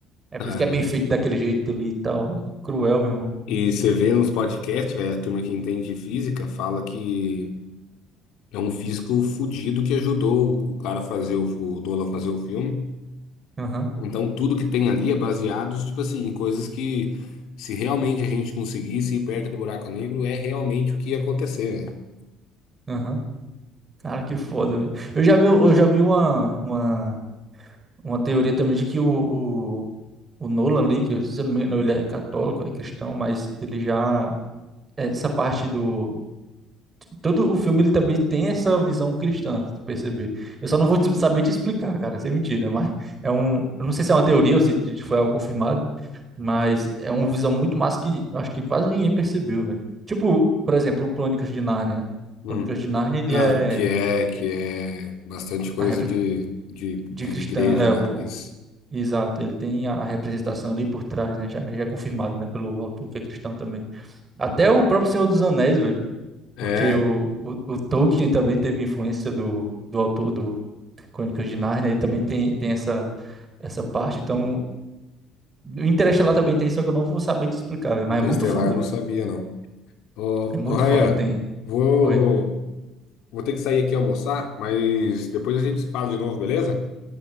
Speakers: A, on the right; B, on the left.
A: É
B: cara.
A: por isso que é bem feito daquele jeito ali e tal. É Cruel, meu irmão.
B: E você vê nos podcasts, velho, a turma que entende de física fala que É um físico fudido que ajudou o cara a fazer o, o Nolan fazer o filme.
A: Aham,
B: Então tudo que tem ali é baseado, tipo assim, em coisas que se realmente a gente conseguisse ir perto do buraco negro, é realmente o que ia acontecer, né?
A: aham. Cara, que foda, velho. Eu já vi, eu já vi uma, uma Uma teoria também de que o, o, o Nolan ali, que se eu não me engano, ele é católico, é cristão, mas ele já. Essa parte do. Todo o filme ele também tem essa visão cristã, se tu perceber. Eu só não vou te- saber te explicar, cara, isso é mentira, mas é um. Eu não sei se é uma teoria ou se foi algo confirmado, mas é uma visão muito massa que eu acho que quase ninguém percebeu, velho. Tipo, por exemplo, Crônicas de Nárnia, né?
B: Hum.
A: Crônicas de Nárnia, ele
B: Ah,
A: é.
B: o que é, que é bastante coisa
A: a
B: de, de, de
A: de cristã,
B: igreja,
A: é
B: né?
A: o,
B: Isso.
A: o- exato, ele tem a representação ali por trás, né? Já, já é confirmado, né, pelo autor que é cristão também. Até o próprio Senhor dos Anéis, velho,
B: É,
A: porque o, o, o Tolkien também teve influência do, do autor do Crônicas de Nárnia, ele também tem, tem essa, essa parte, então o Interestelar também tem, só que eu não vou saber te explicar, velho,
B: Interestelar
A: mas é muito foda,
B: eu não
A: velho.
B: sabia, não. Ô,
A: É muito
B: ô Rayan,
A: foda, tem.
B: vou,
A: Oi.
B: vou ter que sair aqui almoçar, mas depois a gente se fala de novo, beleza?